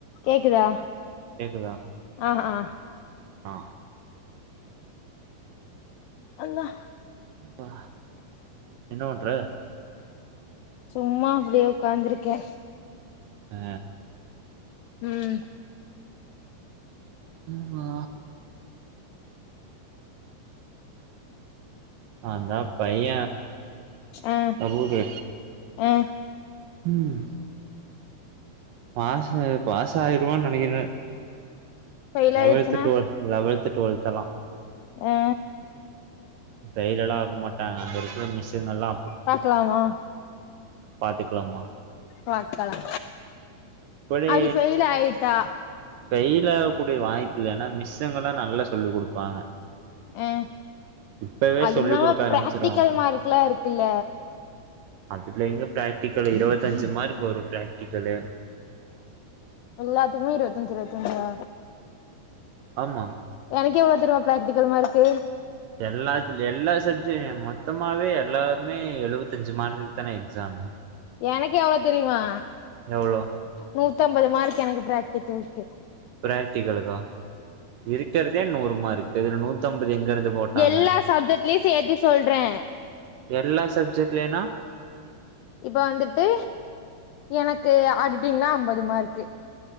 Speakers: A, on the left; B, on the right.
A: கேக்குதா
B: கேக்குதா
A: ஆ ஆ
B: ஆ
A: அல்லா
B: அப்பா என்ன பண்ற
A: சும்மா அப்டியே உக்காந்துருக்கே
B: அ
A: ம்
B: ம் வா அந்தா பைய
A: ஆ
B: தபூது
A: ஆ
B: ம் பாசு பாசாய்டுவேன் நனைக்குறே
A: ஃபெயில்
B: லவல்து
A: ஆயிடுச்சுன்னா
B: டுவல்து லவல்து டுவல்த்தலா
A: ஆ
B: தைலல்லா ஆக மாட்டாங்க அங்க இருக்கிற மிஷின் எல்லா
A: பாக்கலாமா
B: பாத்துக்கலாமா
A: பாக்கலா
B: இப்படி
A: அது ஃபெய்ல் ஆயிட்டா
B: ஃபெயில் ஆக கூடிய வாய்ப்புல்லன்னா மிஷங்களா நல்லா சொல்லி் குடுப்பாங்க
A: அ
B: இப்பவே
A: அதுவும்மில்லாம
B: சொல்லி குடுக்க ஆரம்பிச்சிருவாங்க
A: பிராக்டிக்கல் மார்க்ல்லா இருக்குல்ல
B: அதுல எங்க ப்ராக்டிக்கல் இருவத்தஞ்சு மார்க் வரு ப்ராக்டிகலு
A: எல்லாத்துக்குமே இருவத்தஞ்சு இருவத்தஞ்சா
B: ஆமா
A: எனக்கு எவ்ளோ தெரிமா ப்ராக்டிக்கல் மார்க்கு
B: எல்லாத்து எல்லா சப்ஜெ மொத்தமாகாவே எல்லாருமே எழுவத்தஞ்சு மார்க்குக்கு தானே எக்ஸாமு
A: எனக்கு எவ்ளோ தெரியுமா
B: எவ்ளோ
A: நூத்தம்பது மார்க் எனக்கு ப்ராக்டிகல்க்கு
B: ப்ராக்டிகளுதா இருக்கிறதே நூறு மார்க்கு இதுல நூத்தம்பது எங்கருந்து போட்டாங்
A: எல்லா சப்ஜெக்டலயு ஃபெ எது சொல்றே
B: எல்லா சப்ஜெக்ட்லைனா
A: இப்ப வந்துட்டு எனக்கு ஆடிட்டிங்னா அம்பது மார்க்கு